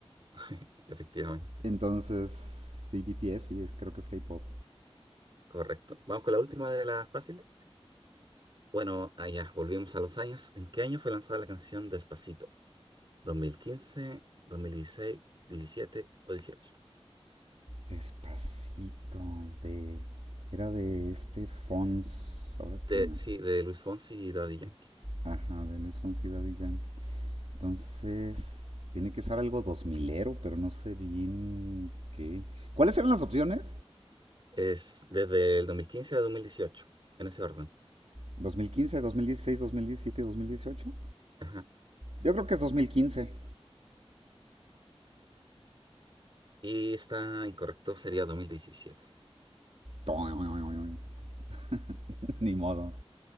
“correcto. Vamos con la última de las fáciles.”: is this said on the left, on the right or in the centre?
Right